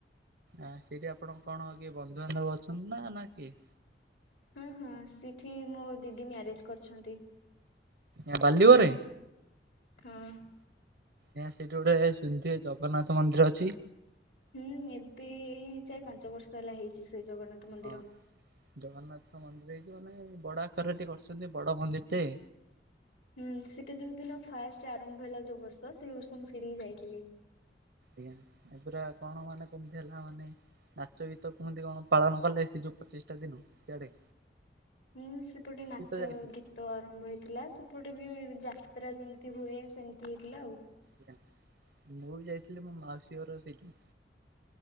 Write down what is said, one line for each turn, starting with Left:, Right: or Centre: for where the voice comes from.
Right: ଆ ସେଇଠି ଆପଣଙ୍କ କଣ କିଏ ବନ୍ଧୁବାନ୍ଧବ ଅଛନ୍ତି ନା ନା କିଏ?
Left: ହଁ ହଁ ସେଠି ମୋ ଦିଦି ମ୍ୟାରେଜ କରିଛନ୍ତି।
Right: ଏ ବାଲିିବୋରେ?
Left: ହଁ।
Right: ଆଜ୍ଞା ସେଠି ଗୋଟେ ଶୁନଥିବେ ଜଗନ୍ନାଥ ମନ୍ଦିର ଅଛି?
Left: ହୁଁ, ଏବେ ଏଇ ଚାରି ପାଞ୍ଚ ବର୍ଷ ହେଲା ହେଇଛି ସେ ଜଗନ୍ନାଥ ମନ୍ଦିର।
Right: ହଁ ଜଗନ୍ନାଥ ମନ୍ଦିର ହେଇଛି ମାନେ, ବଡ଼ ଆକାରରେ ଟିକେ କରୁଛନ୍ତି ବଡ଼ ମନ୍ଦିର ଟେ।
Left: ହୁଁ, ସେଟା ଯୋଉ ଦିନ ଫାଷ୍ଟ ଆରମ୍ଭ ହେଲା ଯୋଉ ବର୍ଷ, ସେଇ ବର୍ଷ ମୁଁ ସେଇଠିକି ଯାଇଥିଲି।
Right: ଆଜ୍ଞା। ଏ ପୁରା କଣ ମାନେ, କେମିତି ହେଲା ମାନେ ନାଚ ଗୀତ କୁମତି କଣ ପାଳନ କଲେ, ସେ ଯୋଉ ପଚିଷ୍ଠା ଦିନ। ସିଆଡେ।
Left: ହୁଁ ସେପଟେ ନାଚ,
Right: ବି ତ ଯାଇଥିଲି।
Left: ଗୀତ ତ ଆରମ୍ଭ ହେଇଥିଲା, ସେପଟେ ବି ଯାତ୍ରା ଯେମିତି ହୁଏ, ସେମିତି ହେଇଥିଲା ଆଉ।
Right: ଆଜ୍ଞା। ମୁଁ ବି ଯାଇଥିଲି, ମୋ ମାଉସୀ ଘର ସେଇଠି।